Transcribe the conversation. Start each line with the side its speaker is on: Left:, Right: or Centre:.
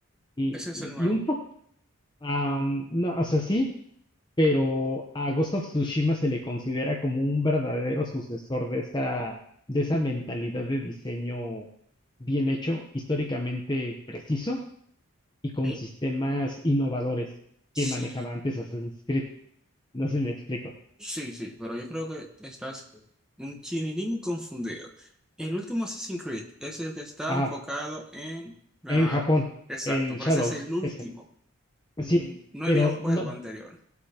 Left: Y,
Centre: Ese es
Left: y,
Centre: el nuevo.
Left: y un poco, no, o sea, sí. pero a Ghost of Tsushima se le considera como un verdadero sucesor de esa, de esa mentalidad de diseño bien hecho, históricamente preciso y con
Centre: Sí.
Left: sistemas innovadores que
Centre: Sí,
Left: manejaba antes Assassin's Creed. No sé si me explico.
Centre: sí, sí, pero yo creo que estás un chinirín confundido. El último Assassin's Creed es el que está
Left: Ajá,
Centre: enfocado en la...
Left: en Japón,
Centre: Exacto,
Left: el
Centre: pero
Left: Shadows,
Centre: ese es el último.
Left: ese.
Centre: N-
Left: Sí,
Centre: No
Left: pero
Centre: había un juego
Left: no,
Centre: anterior.